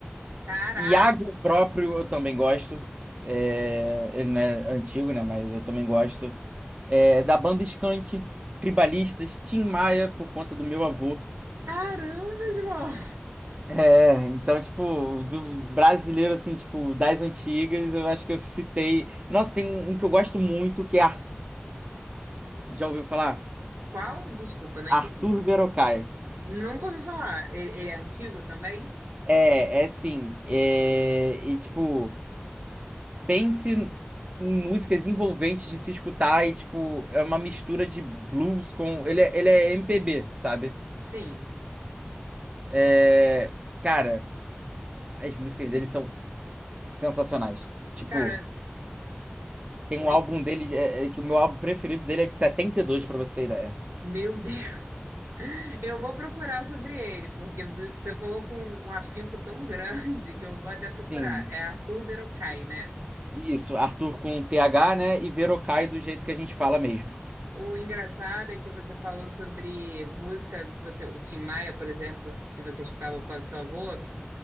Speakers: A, on the right (about 80°); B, on the right (about 30°).
A: Caraca,
B: Iago próprio eu também gosto. É... Ele não é antigo, né? Mas eu também gosto. É... Da banda Skank, Tribalistas, Tim Maia, por conta do meu avô.
A: caramba, João!
B: É, então, tipo, do brasileiro, assim, tipo, das antigas, eu acho que eu citei. Nossa, tem um que eu gosto muito, que é. Ar- Já ouviu falar?
A: Qual? Desculpa, não
B: Arthur
A: entendi.
B: Verocai.
A: Nunca ouvi falar. Ele, ele é antigo também?
B: É, é sim. É, e, tipo, pense em músicas envolventes de se escutar e, tipo, é uma mistura de blues com. Ele é, ele é MPB, sabe?
A: Sim.
B: É, Cara, as músicas dele são sensacionais. Tipo,
A: Cara,
B: tem
A: oi,
B: um álbum dele, é, é, que o meu álbum preferido dele é de 72 pra você ter ideia.
A: meu Deus! Eu vou procurar sobre ele, porque do- você falou com um afinco tão grande que eu vou até procurar.
B: Sim,
A: É Arthur Verocai, né?
B: isso, Arthur com TH, né? E Verocai do jeito que a gente fala mesmo.
A: O engraçado é que você falou sobre música que você, o Tim Maia, por exemplo, que você escutava por causa do seu avô.